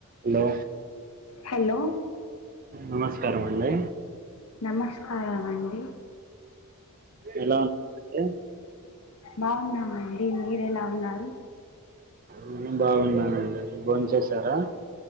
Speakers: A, on the right; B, on the left.
A: Hello
B: hello
A: నమస్కారం అండి
B: నమస్కారం అండి
A: ఎలా ఉ <inaudible>
B: బాగున్నామండి మీర ఎలా ఉన్నారు
A: నేను బాగున్నానండి బోన్ చేసారా